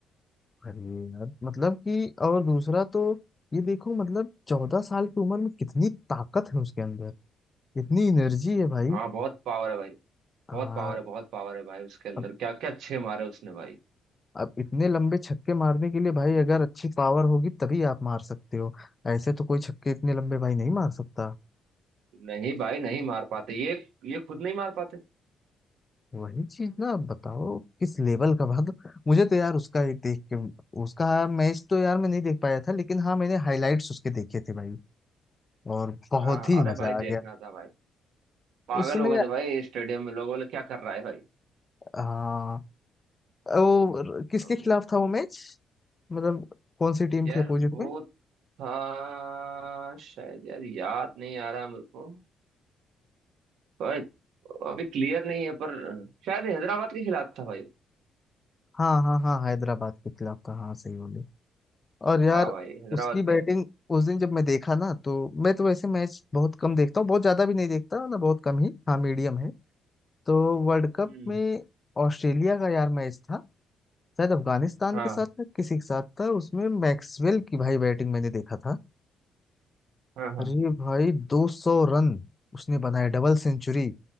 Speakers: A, on the left (about 25°); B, on the right (about 80°).
A: अरे यार मतलब कि और दूसरा तो ये देखो मतलब चौदह साल की उम्र में कितनी ताकत है उसके अंदर इतनी एनर्जी है भाई
B: हाँ बहुत पावर है भाई
A: हाँ
B: बहुत पावर है बहुत पावर है भाई उसके अंदर
A: अब
B: क्या क्या अच्छे मारे उसने भाई
A: अब इतने लंबे छक्के मारने के लिए भाई अगर अच्छी पावर होगी तभी आप मार सकते हो ऐसे तो कोई छक्के इतने लंबे भाई नहीं मार सकता
B: नहीं भाई नहीं मार पाते ये ये खुद नहीं मार पाते
A: वही चीज ना अब बताओ किस लेवल का भाग मुझे तो यार उसका एक देख के उसका हाँ, मैच तो यार मैं नहीं देख पाया था लेकिन हाँ मैंने हाइलाइट्स उसके देखे थे भाई और बहुत
B: हाँ
A: ही
B: अरे
A: मजा
B: भाई देखना
A: आ गया
B: था भाई पागल
A: उसमें
B: हो गए थे भाई स्टेडियम में लोग बोले क्या कर रहा है भाई
A: हाँ वो किसके
B: अम,
A: खिलाफ था वो मैच मतलब कौन सी टीम
B: यार
A: थी अपोजिट
B: वो
A: में
B: था शायद यार याद नहीं आ रहा मेरे को पर अभी क्लियर नहीं है पर शायद हैदराबाद के खिलाफ था भाई
A: हाँ हाँ हाँ हैदराबाद के खिलाफ था हाँ सही बोले और यार
B: हाँ भाई हैदराबाद
A: उसकी बैटिंग
B: के
A: उस दिन जब मैं देखा ना तो मैं तो वैसे मैच बहुत कम देखता हूँ बहुत ज्यादा भी नहीं देखता ना बहुत कम ही हाँ मीडियम है तो वर्ल्ड कप
B: हम्म
A: में ऑस्ट्रेलिया का यार मैच था शायद अफगानिस्तान
B: हाँ
A: के साथ था किसी के साथ था उसमें मैक्सवेल की भाई बैटिंग मैंने देखा था
B: हाँ हाँ
A: अरे भाई 200 रन उसने बनाए डबल सेंचुरी